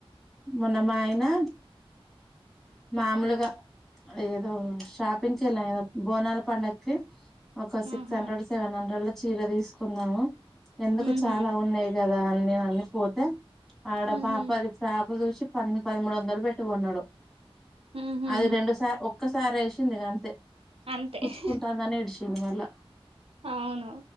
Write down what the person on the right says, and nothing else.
ఆహా
ఉహు
ఉహు
ఉహు
అంతే
ఆవును